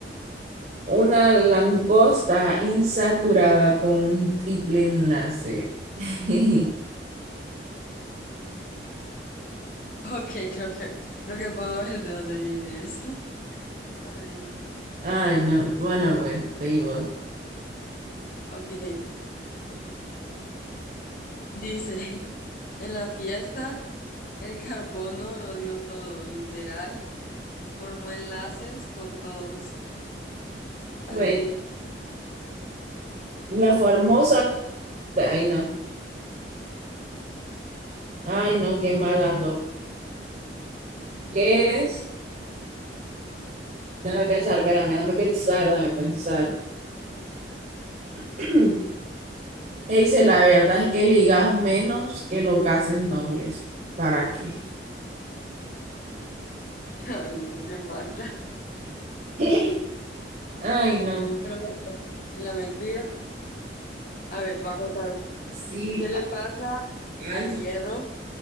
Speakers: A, on the right (about 45°); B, on the left (about 50°).
A: una langosta insaturada con un triple enlace. <laughs>
B: Ok, creo que, creo que puedo ver de dónde viene eso. Ay, no.
A: Ay, no. Bueno, pues, seguimos.
B: Ok. Dice, <laughs> en la fiesta el carbono lo dio todo, literal, formó enlaces con todos. Ay,
A: Bueno,
B: no,
A: la famosa. Ay, no. Ay, no, qué mal ando. ¿Qué es? Déjame pensar, espérame, déjame pensar, déjame pensar. <clears throat> E dice, la verdad es que ligas menos que los gases nobles. ¿Para qué?
B: <laughs> ay, no, qué mala.
A: <laughs> Ay, no.
B: Pero bueno, y la mentira. A ver, te voy a contar.
A: Sí,
B: ¿Qué le pasa
A: ay,
B: al hierro